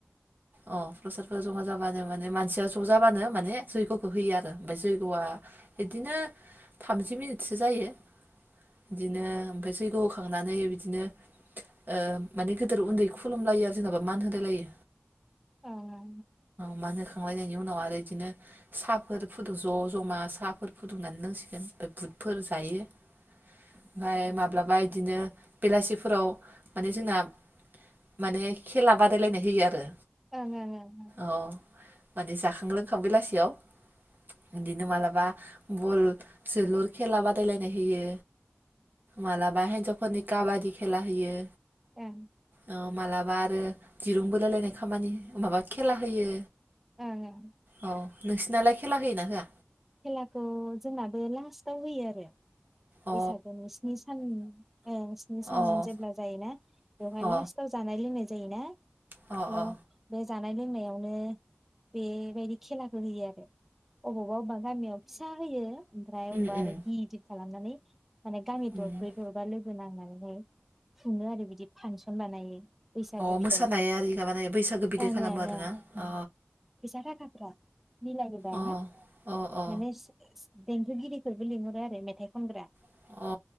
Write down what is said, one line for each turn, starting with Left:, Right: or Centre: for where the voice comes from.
Right: अ प्रसादफोरा जमा जाबानो माने मानसिया ज जाबानो माने जैगखौ होयो आरो ओमफ्राय जैगआ बिदिनो थामजि मिनिटसो जायो। बिदिनो ओमफ्राय जैग होखांनानै बिदिनो ओ माने गोदोर उन्दै खुलुमलायो आरो जोंनाबो मान होलाय लायो।
Centre: औ औ औ
Right: मान होखांलायनायनि उनाव आरो बिदिनो साहाफोर फुदुं ज जमा साफोरखौ फुदुंनानै लोंसिगोन ओमफ्राय बुटफोर जायो ओमफ्राय माब्लाबा बिदिनो बेलासिफोराव माने जोंना माने खेला बाद बादायलायनाय होयो आरो
Centre: ओं-ओं-ओं-ओं
Right: औ माने जाखां लोंखां बेलासियाव बिदिनो माला बा बल जोलुर खेला बादायलायनाय होयो। मालाबा हेनजाव <unintelligible> काबादि खेला होयो।
Centre: ओं
Right: औ मालाबा आरो दिरुं बोलाय लायनाय खामानि माबा खेला होयो।
Centre: ओं-ओं
Right: औ नोंसिनालाय खेला होयोना होआ?
Centre: खेलाखौ जोंनाबो लास्टाव होयो आरो
Right: अ
Centre: बैसागोनि स्नि सान ओं स्नि सान
Right: अ
Centre: जेब्ला जायोना बेवहाय
Right: अ
Centre: लास्टाव जानाय लोंनाय जायोना
Right: अ
Centre: थ'
Right: अ
Centre: बे जा जानाय लोंनायावनो बेबायदि खेलाखौ होयो आरो अबावबा बा गामियाव फिसा होयो ओमफ्राय
Right: उम
Centre: अबेबा आरो
Right: उम
Centre: गिदिर खालामनानै माने गामि
Right: उम
Centre: दर ब्रै दरबा लोगो होनांनानैहाय खुनो आरो बिदि फांसन बानायो। बैसागो
Right: अ मोसानाय
Centre: बिदाय
Right: आरि माबानाय बैसागो बिदाय
Centre: ओं-ओं-ओं
Right: खालामो आरोना
Centre: उम
Right: अ
Centre: फैसा थाखाफ्रा मिलायो दा
Right: अ
Centre: <unintelligible> <unintelligible>
Right: अ अ
Centre: देंखोगिरिफोरबो लिंहरो आरो मेथाइ खनग्रा।
Right: अ